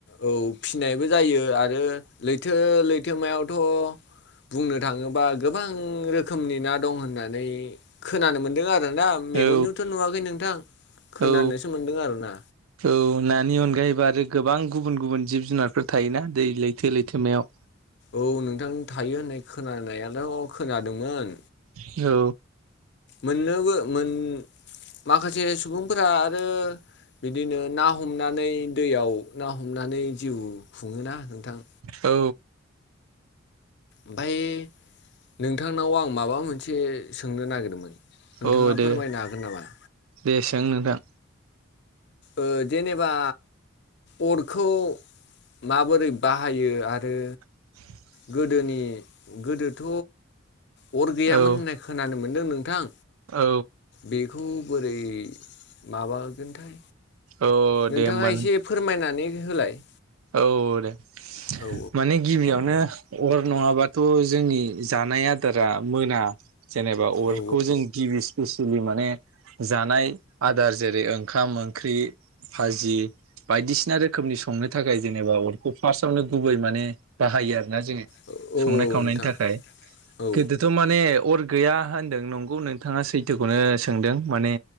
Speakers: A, on the left; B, on the right.
A: औ फिनायबो जायो आरो लैथो लैथोमायावथ' बुंनो थाङोबा गोबां रोखोमनि ना दं होननानै खोनानो मोनदों आरोना मेगनजोंथ'
B: औ
A: नुवाखै नोंथां खोनानोसो
B: औ
A: मोनदों आरो ना।
B: औ नानि अनगायैबो आरो गोबां गुबुन गुबुन जिब जुनारफोर थायोना दै लैथो लैथोमायाव।
A: औ नोंथां थायो होननाय खोनानायाल' खोनादोंमोन।
B: औ
A: मोननोबो मोन माखासे सुबुंफोरा आरो बिदिनो ना हमनानै दैयाव ना हमनानै जिउ खुङोना नोंथां।
B: औ
A: ओमफ्राय नोंथांनाव आं माबा मोनसे सोंनो नागिरदोंमोन नोंथाङा
B: औ दे
A: फोरमायनो हागोन नामा
B: दे सों नोंथां
A: ओ जेनेबा अरखौ माबोरै बाहायो आरो
B: <inaudible>
A: गोदोनि गोदोथ' अर गैयामोन
B: औ
A: होननाय खोनानो मोनदों नोंथां
B: औ
A: बेखौ बोरै माबागोनथाय
B: औ
A: नोंथाङा
B: दे होमबा
A: एसे फोरमायनानै होलाय
B: औ दे
A: औ
B: माने गिबियावनो अर नङाबाथ' जोंनि जानाय आदारा मोना जेनेबा अरखौ
A: औ
B: जों गिबि स्पेसियेलि माने जानाय आदार जेरै ओंखाम ओंख्रि फाजि बायदिसिना रोखोमनि संनो थाखाय जेनेबा अरखौ फार्स्टआवनो गुबै माने बाहायो आरोना जोङो
A: औ औ
B: संनाय
A: औ
B: खावनायनि
A: नोंथां
B: थाखाय
A: औ
B: गोदो थ' माने अर गैया होनदों नंगौ नोंथाङा सैथोखौनो सोंदों माने